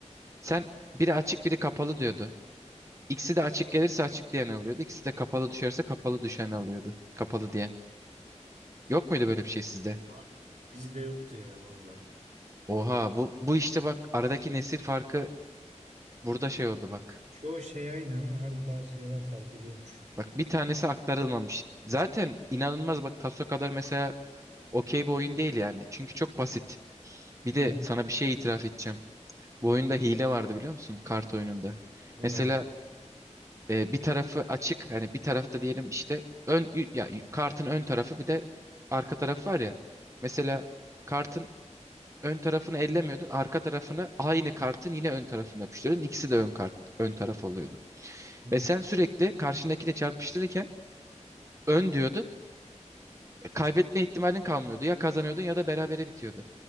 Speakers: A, on the right; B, on the right.
A: Sen biri açık biri kapalı diyordu. İkisi de açık gelirse açık diyen alıyordu. İkisi de kapalı düşerse kapalı düşen alıyordu. Kapalı diyen. Yok muydu böyle bir şey sizde?
B: Abi bizde yoktu ya valla.
A: Oha bu, bu işte bak aradaki nesil farkı burada şey oldu bak.
B: Çoğu şey aynı ama harbi bazı şeyler fark ediyormuş.
A: Bak bir tanesi aktarılmamış. Zaten inanılmaz bak Taso kadar mesela okey bir oyun değil yani. Çünkü çok basit. Bir de
B: Evet.
A: sana bir şey itiraf edeceğim.
B: Hı
A: Bu
B: hı.
A: oyunda hile vardı biliyor musun? Kart oyununda.
B: Ne
A: Mesela
B: yani?
A: e, bir tarafı açık hani bir tarafta diyelim işte ön y- ya y- kartın ön tarafı bir de arka tarafı var ya.
B: Hı
A: Mesela
B: hı.
A: kartın ön tarafını ellemiyordun, arka tarafını aynı kartın yine ön tarafına yapıştırıyordun. İkisi de ön kart ön taraf oluyordu.
B: Hmm.
A: Ve sen sürekli karşındakine çarpıştırırken ön diyordun. e, Kaybetme ihtimalin kalmıyordu. Ya kazanıyordun ya da berabere bitiyordu.